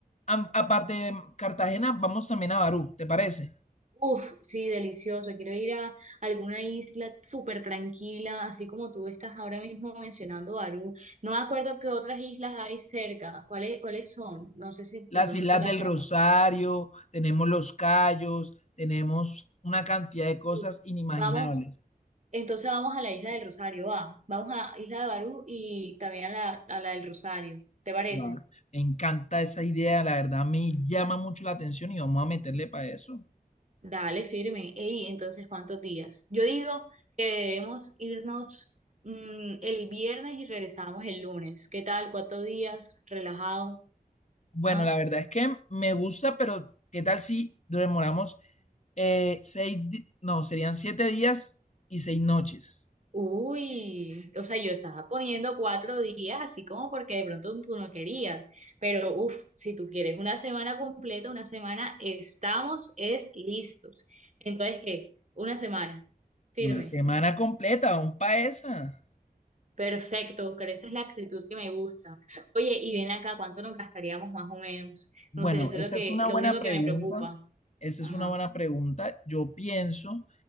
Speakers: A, on the left; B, on the right.
A: Am- aparte de Cartagena, vamos también a Barú, ¿te parece?
B: Uf, sí, delicioso. Quiero ir a alguna isla súper tranquila, así como tú estás ahora mismo mencionando Barú. No me acuerdo qué otras islas hay cerca. ¿Cuáles, cuáles son? No sé si
A: Las
B: de pronto
A: Islas
B: tú las
A: del
B: sepas.
A: Rosario, tenemos los Cayos, tenemos una cantidad de cosas
B: Uf,
A: inimaginables.
B: vamos. Entonces vamos a la isla del Rosario, va. Vamos a Isla de Barú y también a la, a la del Rosario. ¿Te parece?
A: Claro. Me encanta esa idea, la verdad me llama mucho la atención y vamos a meterle para eso.
B: Dale, firme. Ey, entonces, ¿cuántos días? Yo digo que debemos irnos mm, el viernes y regresamos el lunes. ¿Qué tal? Cuatro días, relajado.
A: Bueno,
B: ¿ah?
A: la verdad es que me gusta, pero ¿qué tal si demoramos eh, seis, di- no, serían siete días y seis noches?
B: Uy, o sea, yo estaba poniendo cuatro días, así como porque de pronto tú no querías, pero uff, si tú quieres una semana completa, una semana estamos, es listos. Entonces, ¿qué? Una semana, firme,
A: Una semana completa, vamos para esa.
B: perfecto, Oscar, esa es la actitud que me gusta. Oye, y ven acá, ¿cuánto nos gastaríamos más o menos?
A: Bueno,
B: No sé, eso
A: esa
B: es lo que,
A: es una
B: lo
A: buena
B: único
A: pregunta.
B: que me preocupa.
A: Esa
B: Ajá.
A: es una buena pregunta. Yo pienso